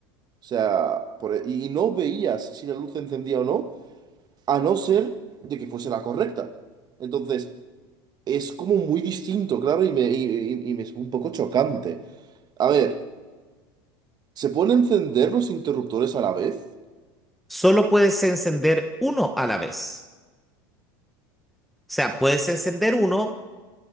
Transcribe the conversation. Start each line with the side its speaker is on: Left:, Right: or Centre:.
Right: O sea, por- e, y no veías si la luz se encendía o no, a no ser de que fuese la correcta. Entonces, es como muy distinto, claro, y me, y, y- y me es un poco chocante. A ver, ¿se pueden encender los interruptores a la vez?
Centre: Solo puedes encender uno a la vez. O sea, puedes encender uno